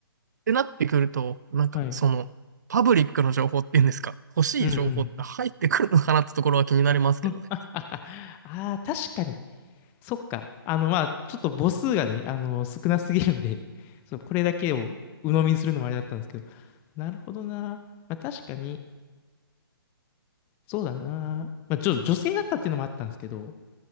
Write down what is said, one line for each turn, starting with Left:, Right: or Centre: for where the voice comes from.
Right: てなってくると、なんかそのパブリックの情報っていうんですか、
Left: はい。
Right: 欲しい情報って入ってくるのかなってところは気になりますけどね。
Left: うんうん。うんあああ <laughs> あー、確かに。そっか。あの、まあ、ちょっと母数がね、あの、少なすぎるんで、<laughs> そう、これだけを鵜呑みにするのもあれだったんですけど。なるほどな。まあ、確かに、そうだな。まあ、ちょっと女性だったっていうのもあったんですけど、